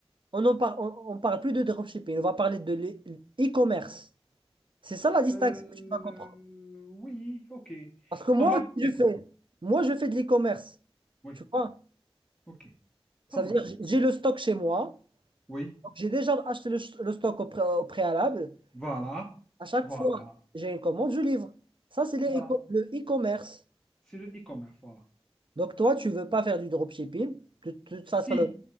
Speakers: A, on the right; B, in the centre.
A: on ne parle, on, on parle plus de dropshipping, on va parler de l'e- l'e-commerce. C'est ça la distinction
B: Euh,
A: que tu dois comprendre.
B: oui, ok.
A: Parce que moi,
B: On va,
A: si
B: écoute,
A: je fais, moi, je fais de l'e-commerce.
B: oui,
A: Tu vois?
B: ok,
A: Ça
B: ça marche.
A: veut dire, j'ai j'ai le stock chez moi.
B: Oui,
A: Donc, j'ai déjà acheté le, ch- le stock au, pré- au préalable.
B: voilà,
A: À chaque
B: voilà,
A: fois, j'ai une commande, je livre. Ça, c'est les
B: voilà.
A: éco- le e-commerce.
B: C'est le e-commerce, voilà.
A: Donc, toi, tu veux pas faire du dropshipping. De toute
B: Si,
A: façon, le-